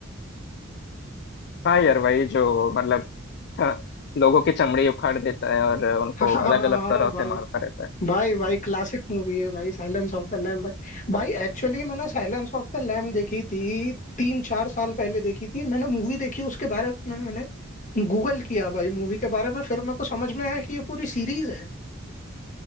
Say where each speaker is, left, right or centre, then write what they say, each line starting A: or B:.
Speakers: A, on the left; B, on the left.
A: हाँ यार वही जो मतलब हाँ, लोगों की चमड़ी उखाड़ देता है और उनको
B: <laughs>
A: अलग
B: हाँ हाँ हाँ,
A: अलग
B: हाँ,
A: तरह
B: भाई
A: से मारता रहता है
B: भाई भाई क्लासिक मूवी है भाई साइलेंस ऑफ द लैम भाई भाई एक्चुअली मैंने साइलेंस ऑफ द लैम देखी थी तीन चार साल पहले देखी थी मैंने मूवी देखी उसके बारे में मैंने गूगल किया भाई मूवी के बारे में फिर मेरे को समझ में आया कि ये पूरी सीरीज है